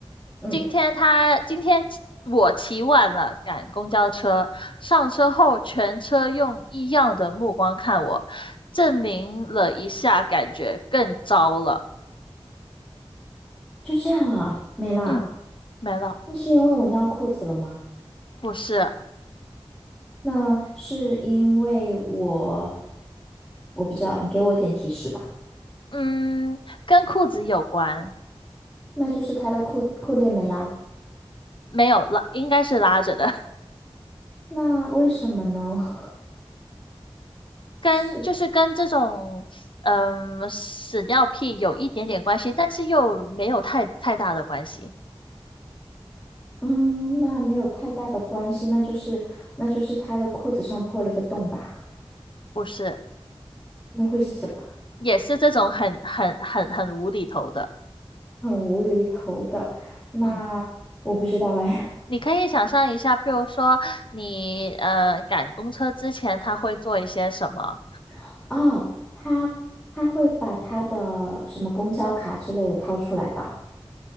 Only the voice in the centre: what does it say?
嗯，
就这样啦，没啦。
那是因为我尿裤子了吗？
那是因为我，我不知道，你给我一点提示吧。
那就是他的裤裤链没拉。
那为什么呢？<laughs>
是，
嗯，那没有太大的关系，那就是那就是他的裤子上破了一个洞吧？
那会是什么？
<laughs> 很无厘头的。那我不知道哎。
<laughs> 哦，他他会把他的什么公交卡之类的掏出来吧？